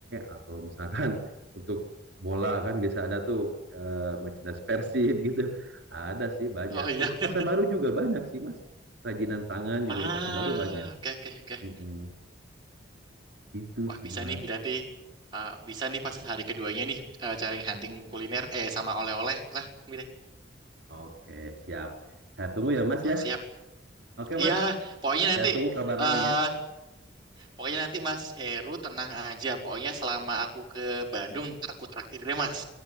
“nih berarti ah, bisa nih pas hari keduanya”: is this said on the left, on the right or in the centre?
Right